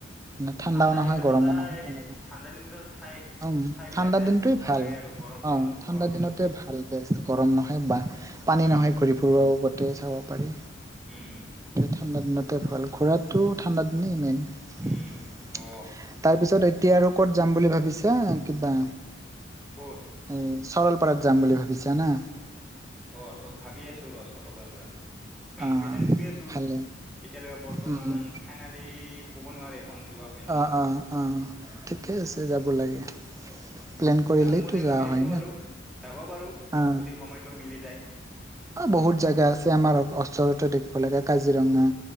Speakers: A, on the right; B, in the centre.
A: মানে ঠাণ্ডাও
B: ঠাণ্ডা
A: নহয়
B: দিনতো
A: গৰমো
B: যাই
A: নহয় তেনেকুৱা
B: ঠাণ্ডা দিনতো ঠাই
A: উম
B: ঠাইবিলাক
A: ঠাণ্ডা
B: চাই
A: দিনটো
B: বহুত
A: ভাল
B: লাগে আৰু গৰম
A: অ
B: দিনত
A: ঠাণ্ডা
B: গৰম দিনতকৈ
A: দিনতে ভাল গৰম নহয় বা পানী
B: উম
A: নহয় ঘূৰি ফুৰিব গোটেই চাব পাৰি
B: উম
A: ঠাণ্ডা দিনতে ভাল ঘূৰাটো ঠাণ্ডা দিনেই মেইন
B: উম
A: তাৰপিছত
B: অ
A: এতিয়া আৰু ক'ত যাম বুলি ভাবিছা কিবা
B: ক'ত?
A: এই চলপাৰাত যাম বুলি ভাবিছা না?
B: অ', চ ভাবি আছো ৰহ চলপাৰাত যাম।
A: অ
B: প্লেন কৰি আছো।
A: ভালে
B: এতিয়ালৈকে বৰ্তমান
A: উম উম
B: ফাইনেলি ক'ব নোৱাৰে এখন যোৱা হয় না
A: অ'
B: নহয়
A: অ' অ' ঠিকে আছে যাব লাগে। প্লেন কৰিলেইতো
B: যাম বুলি
A: যোৱা
B: ভাবি
A: হয়
B: আছো
A: না
B: বাৰু যাব পাৰো।
A: অ'
B: যদি সময়টো মিলি যায়
A: অ', বহুত জেগাহ আছে আমাৰ ওচৰতে দেখিব লাগা কাজিৰঙা